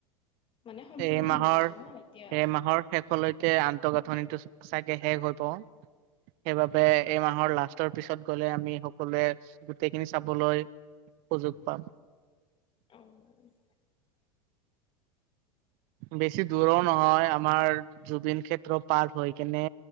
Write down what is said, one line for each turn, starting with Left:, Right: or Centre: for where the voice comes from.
Left: মানে সম্পূৰ্ণ
Right: এই মাহৰ,
Left: হোৱা নাই ন এতিয়াও
Right: এই মাহৰ শেষলৈ তে আন্তঃগাঁথনিটো চাগে শেষ হব। সেইবাবে এই মাহৰ লাষ্টৰ পিছত গ'লে আমি সকলোৱে গোটেইখিনি চাবলৈ
Left: অ'।
Right: সুযোগ পাম।
Left: <inaudible>
Right: বেছি দূৰো নহয় আমাৰ জুবিন ক্ষেত্ৰৰ পৰ হৈ কেনে